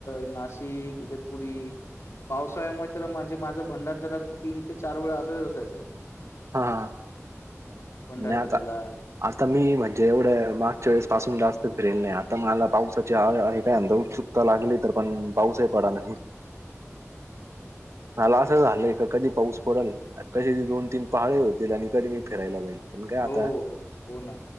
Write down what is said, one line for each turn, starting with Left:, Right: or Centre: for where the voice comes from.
Left: नाशिक इगतपुरी पावसाळ्यामुळे तर म्हणजे माझं भंडारदरा तीन ते चार वेळा असायच असायचं.
Right: हा
Left: भंडारदऱ्याला.
Right: नाही आता आता मी म्हणजे एवढं मागच्या वेळेस पासून जास्त फिरेल नाही आता मला पावसाची काय उत्सुकता लागली तर पण पाऊस ही पडाना. मला असं झालं कधी पाऊस पडेल कशी दोन तीन पहाडे होते आणि आणि कधी मी फिरायला लागल पण काय आता
Left: हो, हो ना.